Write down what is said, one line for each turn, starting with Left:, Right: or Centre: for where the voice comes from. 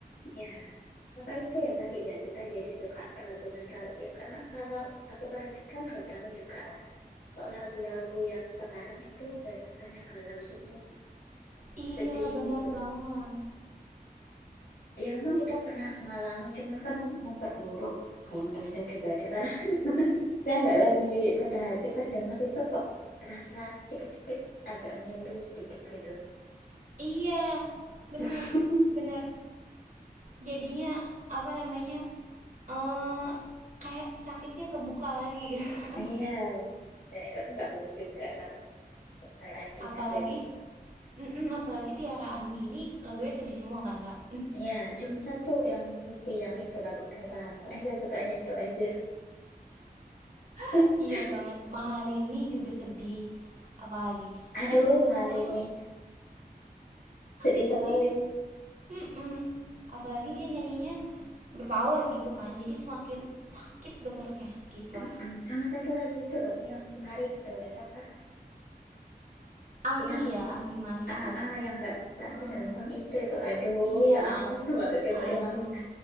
Left: Ya, apa itu ya kali ya kita jadi suka lagu nostalgia karena kalau aku perhatikan nggak tahu ya kak, kok lagu-lagu yang sekarang itu banyak kan yang galau semua,
Right: Iya,
Left: sedih
Right: bener
Left: gitu.
Right: banget.
Left: Ya memang kita pernah mengalami, cuman kan mem- memperburuk kalau menurut saya pribadi karena <laughs> saya nggak lagi patah hati pas denger itu kok rasa sakit-sakit agak ngilu sedikit gitu.
Right: Iya, bener,
Left: <laughs>
Right: bener. Jadinya apa namanya? eh kayak sakitnya kebuka lagi. <laughs>
Left: Iya, dan itu nggak bagus juga kalau kita lagi
Right: apalagi
Left: ngerjain.
Right: Mm-mm, apalagi Tiara Andi ini lagunya sedih semua kan kak
Left: Ya, cuma satu yang happy yang itu lagu pernikahan. eh saya sukanya itu aja.
Right: <laughs>
Left: <laughs>
Right: iya banget mahal ini juga sedih apalagi
Left: Aduh,
Right: lagu-lagu
Left: Malini.
Right: sekarang tuh
Left: Sedih
Right: sedih
Left: sekali.
Right: Mm-mm. apalagi dia nyanyinya berpower gitu kan jadi semakin sakit dengernya gitulah
Left: Mm-mm. Sama satu lagi itu loh, yang penari itu. Siapa?
Right: Anggi
Left: Yang
Right: ya Anggi Marito
Left: AA, yang nggak tak
Right: Hmm,
Left: segampang itu. Itu, aduh,
Right: iya
Left: ya ampun. <laughs> Waktu dengerin
Right: aduh
Left: aku.